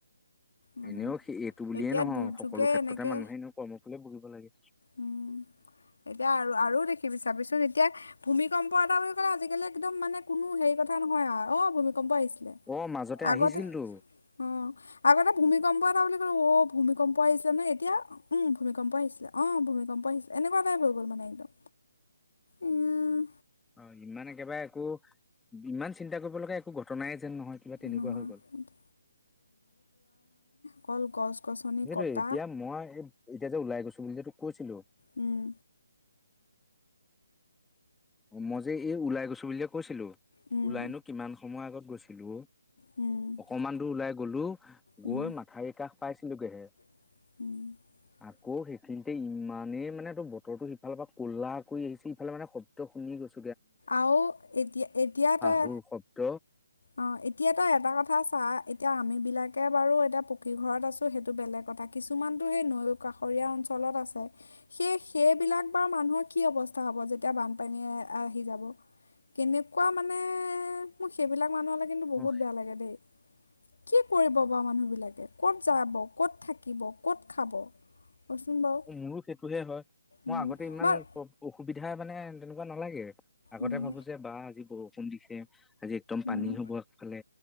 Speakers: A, on the left; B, in the centre.
A: মানে
B: এনেও স এইটো বুলিয়ে
A: এতিয়া
B: নহয়,
A: দুৰ্যোগে
B: সকলো ক্ষেত্ৰতে
A: এনেকে
B: মানুহে এনেও কৰ্ম ফুল ভুগিব লাগে।
A: উম এতিয়া আৰু আৰু দেখিবি চাবিচোন এতিয়া, ভূমিকম্প এটা বুলি ক'লে আজিকালি একদম মানে কোনো হেৰি কথা নহয় আও। অ ভম ভূমিকম্প আহিছিলে
B: অ মাজতে
A: আগতে
B: আহিছিলতো
A: অ। আগতে ভূমিকম্প এটা বুলি ক'লে অ ভূমিকম্প আহিছিলে নয়। এতিয়া উম ভূমিকম্প আহিছিলে। অ ভূমিকম্প আহিছিল এনেকুৱা টাইপ হৈ গ'ল মানে। একদম উম
B: অ ইমান একেবাৰে একো ইমান চিন্তা কৰিব লগা একো ঘটনাই নহয় কিবা তেনেকুৱা
A: নহয়
B: হৈ গ'ল।
A: কল গছ। গছনি
B: সেইটোয়ে
A: কটা
B: এতিয়া মই এতিয়া যে ওলাই গৈছো বুলি যে তোক কৈছিলো
A: উম।
B: অ মই যে এই ওলাই গৈছো বুলি যে কৈছিলো
A: উম
B: ওলাইনো কিমান সময় আগত গৈছিলো অ।
A: উম
B: অকমান দূৰ ওলাই গলো
A: উম
B: গৈ মাথাউৰি কাষ পাইছিলোগেহে।
A: <inaudible>
B: আকৌ সেইখিনিতে ইমানেই মানে তোৰ বতৰটো সিফালৰ পৰা ক'লা কৰি আহিছে ইফালে মানে শুনি গৈছে
A: আৰু এতিয়া এতিয়া তই
B: হুৰ শব্দ
A: অ এতিয়া তই এটা কথা চা, এতিয়া আমি বিলাকে বাৰু এতিয়া পকী ঘৰত আছোঁ সেইটো বেলেগ কথা কিছুমানতটো সেই নৈ কাষৰীয়া অঞ্চলত আছে। সেই সেইবিলাক বাৰু মানুহৰ কি অৱস্থা হ'ব যেতিয়া বানপানী <inaudible> কেনেকুৱা মানে মোৰ সেইবিলাক মানুহলে কিন্তু বহুত
B: অ
A: বেয়া লাগে দেই। কি কৰিব বাও মানুহবিলাকে? ক'ত যাব? ক'ত থাকিব? ক'ত খাব? কচোন বাৰু
B: মোৰো সেইটোহে হয় মই
A: উম
B: আগতে ইমান
A: বাৰু
B: অসুবিধা মানে তেনেকুৱা নালাগে আগতে
A: উম
B: ভাবো যে বা আজি বহু ফন দিছে আজি একদম
A: উম
B: পানী হ'বফালে